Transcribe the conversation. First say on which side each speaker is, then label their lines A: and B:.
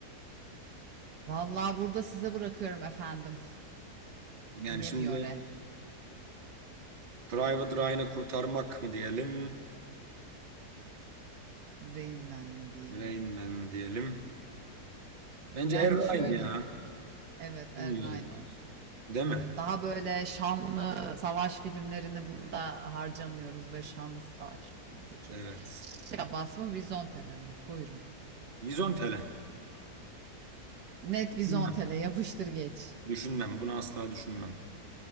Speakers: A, on the right; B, on the right.
A: Vallahi burada size bırakıyorum efendim.
B: Yani
A: Bilemiyor
B: şimdi
A: e.
B: Private Ryan'ı kurtarmak mı diyelim?
A: Rain Man mi diyelim.
B: Rain Man mi diyelim? Bence
A: Yani
B: Er Ryan
A: şöyle.
B: ya.
A: Evet Er
B: Bilmiyorum.
A: Ryan olsun.
B: Değil mi?
A: Evet daha böyle şanlı savaş filmlerini burada harcamıyoruz ve şanlı savaş filmleri seçiyoruz.
B: Evet.
A: Çiçek Abbas mı Vizontele mi? Buyurun.
B: Vizontele.
A: Net
B: Düşünmem.
A: Vizontele yapıştır geç.
B: Düşünmem. Bunu asla düşünmem.